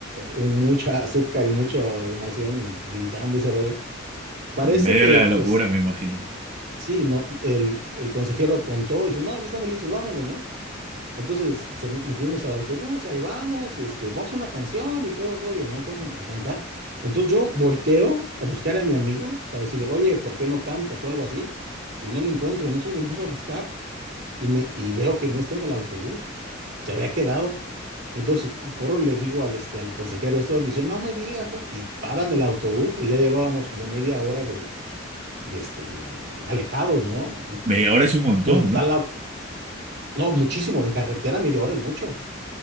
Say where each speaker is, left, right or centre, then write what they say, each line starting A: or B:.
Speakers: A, on the right (about 60°); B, on the right (about 35°).
A: un- mucha <laughs> azúcar y mucha emoción y gritando ese rollo. Parece
B: Medio
A: que
B: de la locura,
A: es,
B: me imagino.
A: sí, no, el, el consejero contó y dice, no, ya estamos listos, vámonos, ¿no? Entonces se- nos subimos al autobús, ahí vamos, este, vamos a una canción y todo el rollo, ¿no? Vamos a, a cantar. Entonces yo volteo a buscar a mi amigo para decirle, oye, ¿por qué no cantas o algo así? Y no lo encuentro. Entonces lo empiezo a buscar y, me, y veo que no está en el autobús, se había quedado. Entonces corro y le digo al, este, al consejero esto, dice, no me digas, ¿cómo?". y paran el autobús, pero ya llevábamos como media hora de, de, este, de alejados, ¿no? Y
B: Media hora es un montón,
A: entonces da
B: ¿no?
A: la, no, muchísimo, en carretera media hora es mucho.